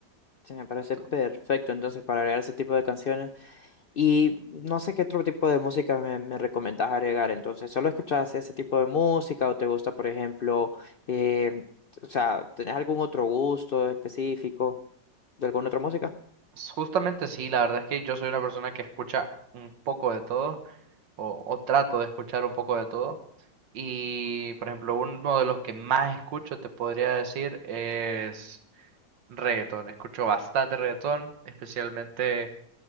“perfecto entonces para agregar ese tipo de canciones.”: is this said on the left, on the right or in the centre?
Left